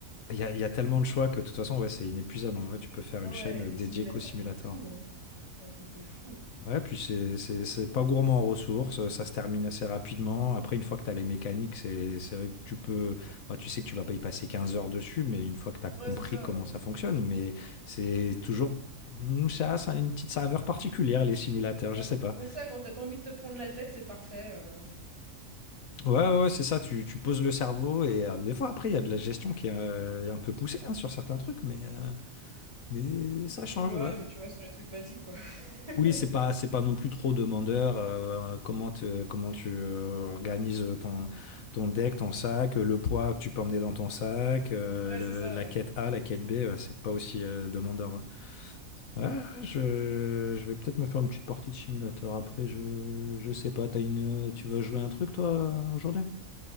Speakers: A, on the left (about 80°); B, on the right (about 20°).
A: Il y a, il y a tellement de choix que de toute façon, ouais, c'est inépuisable. En vrai, tu peux faire
B: Ah
A: une chaîne
B: ouais, il y a des
A: dédiée
B: simulateurs
A: qu'au simulateur.
B: de tout, hein. C'est un truc de fou.
A: Ouais, puis c'est c'est- c'est pas gourmand en ressources, ça se termine assez rapidement. Après, une fois que tu as les mécaniques, c'est c'est vrai que tu peux. Bah, tu sais que tu vas pas y passer 15 heures dessus, mais une fois que tu as compris
B: Ouais, c'est ça,
A: comment
B: heu,
A: ça fonctionne, mais c'est toujours. Mm, Ça, ça a une petite saveur particulière, les simulateurs, je
B: bah,
A: sais pas.
B: ouais, ça, quand t'as pas envie de te prendre la tête, c'est parfait, heu,
A: Ouais, ouais, ouais, c'est ça, tu, tu poses le cerveau et euh, des fois, après, il y a de la gestion qui est euh, un peu poussée hein, sur certains trucs, mais, euh, mais ça change,
B: ouais,
A: ouais.
B: mais tu restes sur les trucs basiques, quoi. <laughs>
A: Oui, c'est pas, c'est pas non plus trop demandeur. euh, comment te- comment tu euh, organises ton, ton deck, ton sac, euh, le poids que tu peux emmener dans ton sac, euh,
B: Ouais,
A: le-
B: c'est ça,
A: la
B: ouais.
A: quête A, la quête B, ouais, c'est pas aussi euh, demandeur. Ouais, Ouais, ouais, je, je vais peut-être me faire une petite partie de simulateur après. Je, je sais pas. T'as une, tu vas jouer un truc toi euh, aujourd'hui?